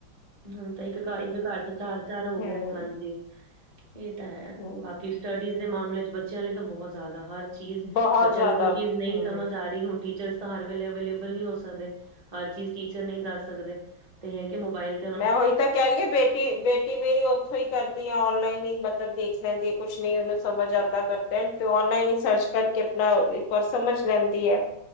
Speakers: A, on the right (about 40°); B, on the left (about 65°).
A: ਹੁਣ ਤਾਂ ਇੱਕ ਘਰੱ- ਇੱਕ ਘਰ ਚ ਚਾਰ- ਚਾਰ ਹੋ
B: ਹਮ
A: ਗੇ, ਹਾਂਜੀ ਇਹ ਤਾਂ ਹੈ,
B: ਹਮ
A: ਬਾਕੀ ਸਟੱਡੀਜ਼ ਦੇ ਮਾਮਲੇ ਚ ਬੱਚਿਆਂ ਲਈ ਤਾਂ ਬੋਹਤ ਜ਼ਾੱਦਾ ਹਰ ਚੀਜ਼
B: ਬਹੁਤ
A: ਬੱਚਿਆਂ
B: ਜ਼ਿਆਦਾ
A: ਨੂੰ ਕੋਈ ਚੀਜ਼ ਨੀ
B: ਹਮ
A: ਸਮਝ ਆ ਰਈ ਹੁਣ ਟੀਚਰ ਹਰ ਵੇਲੇ ਅਵੇਲੇਬਲ ਨੀਂ ਹੋ ਸਕਦੇ, ਹਰ ਚੀਜ਼ ਟੀਚਰ ਨੀਂ ਦੱਸ ਸਕਦੇ, ਤੇ ਹੈ ਕਿ ਮੋਬਾਇਲ
B: ਮੈਂ ਉਹੀ ਤਾਂ ਕਹਿ ਰੀ ਆ ਬੇਟੀ- ਬੇਟੀ ਟੀਵੀ ਦੁ ਉੱਥੋਂ ਈ ਕਰਦੀ ਆ ਔਨਲਾਈਨ ਹੀ ਮਤਲਬ ਦੇਖ ਲੈਂਦੀ ਹੈ ਕੁਛ ਨਹੀਂ ਉਹਨੂੰ ਸਮਝ ਆਂਦਾ ਘਰ ਪੈ। ਤੇ ਔਨਲਾਈਨ ਈ ਸਰਚ ਕਰਕੇ ਅਪਣਾ ਇੱਕ ਵਾਰ ਸਮਝ ਲੈਂਦੀ ਐ